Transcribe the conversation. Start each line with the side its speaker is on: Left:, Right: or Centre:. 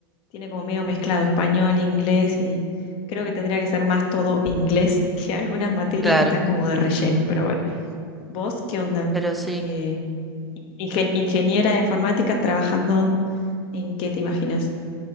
Left: Tiene como medio mezclado español, inglés y creo que tendría que ser más todo inglés <laughs> que algunas materias
Centre: Claro,
Left: que están como de relleno, pero bueno. ¿Vos qué onda?
Centre: pero sí.
Left: Eh, ingen- ingeniera de informática trabajando en qué te imaginas?